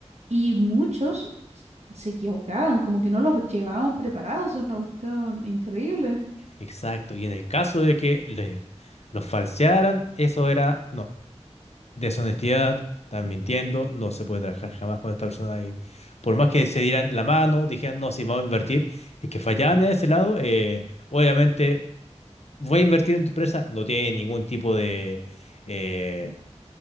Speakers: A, on the right; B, on the left.
A: Y muchos se equivocaban, como que no los llevaban preparados, es una cuestión increíble.
B: Exacto. Y en el caso de que les- los falsearan, eso era, no. Deshonestidad, están mintiendo, no se puede trabajar jamás con esta persona ahí. Por más que se dieran la mano, dijeran, no, si vamos a invertir, es que fallaban en ese lado, eh, obviamente, voy a invertir en tu empresa, no tiene ningún tipo de... eh,